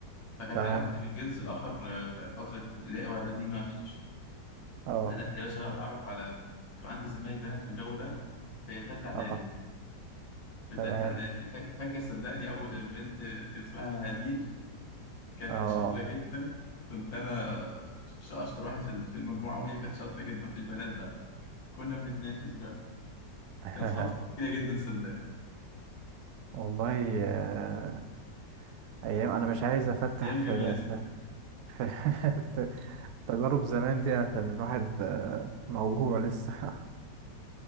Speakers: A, on the left; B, on the right.
A: فكانت
B: تمام
A: علاقتي بالجنس الآخر آه، في فترة ابتدائي وإعدادي ما فيش
B: اه
A: بدأت يا باشا بقى أتعرف على يبقى عندي زمايل بنات والجو ده في تالتة إعدادي
B: اه
A: في تالتة
B: تمام
A: إعدادي فاك... فاكر صدقني أول البنت آه، كان اسمها هديل كانت
B: اه
A: شاطرة جدا كنت أنا ش- ش- أشطر واحد في في المجموعة وهي كانت شاطرة جدا في البنات بقى كنا بنتنافس بقى
B: <laughs>
A: كانت فترة جميلة جدا صدقني
B: والله آه، ايام انا مش عايز افتح
A: أيام جميلة
B: في
A: صدقني
B: في, <laughs> في, في تجارب زمان دي عشان الواحد آه، موجوع لسه <laughs>